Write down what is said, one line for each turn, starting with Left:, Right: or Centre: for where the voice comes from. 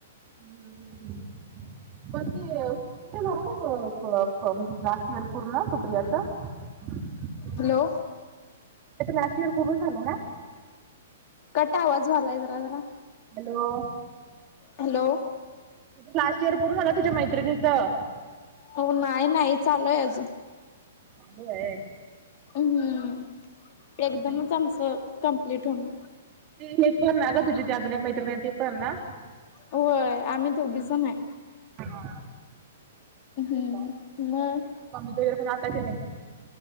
Right: हम् ह हम् म <unintelligible> तुमच घरान जवळ फूड लास्ट इयर पुर्ण सुप्रियाच्.
Left: हॅलो,
Right: लास्ट इयर पूरण झालं ना?
Left: कट आवाज व्हायेलाय जरा, जरा.
Right: हॅलो,
Left: हॅलो,
Right: लास्ट इयर पूर्ण झालं तुझ्या मैत्रिणीचं.
Left: हो नाही नाही चालूय अजून.
Right: चालु हाय.
Left: हम्म एकदमच
Right: ते-
Left: आमचं कम्प्लीट हून.
Right: ते पण ना ग तुझी त अजून एक मैत्रिणी आहे ते पण ना?
Left: होय आम्ही दोघीजण हाय.
Right: हा.
Left: हम
Right: मग
Left: मग.
Right: मम्मी दयू आलता की नाही.